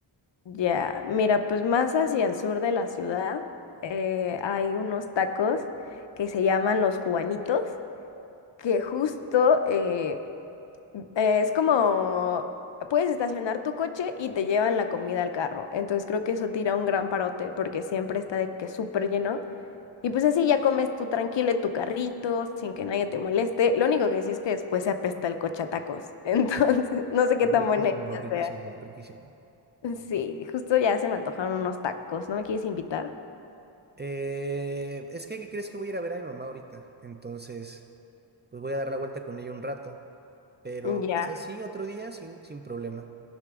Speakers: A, on the left; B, on the right.
A: ya. Mira, pues más hacia el sur de la ciudad eh, hay unos tacos que se llaman los cubanitos, que justo eh, eh, es como puedes estacionar tu coche y te llevan la comida al carro. Entonces creo que eso tira un gran parote porque siempre está de que súper lleno. Y pues así ya comes tú tranquilo en tu carrito, sin que nadie te moleste. Lo único que sí es que después se apesta el coche a tacos. <laughs> Entonces, no sé qué tan
B: Riquísimo,
A: buena idea sea.
B: riquísimo, riquísimo.
A: Sí, justo ya se me antojaron unos tacos. ¿No me quieres invitar?
B: Eh, es que, ¿qué crees que voy a ir a ver a mi mamá ahorita? Entonces, pues voy a dar la vuelta con ella un rato, pero
A: Ya.
B: quizás sí, otro día, sí, sin problema.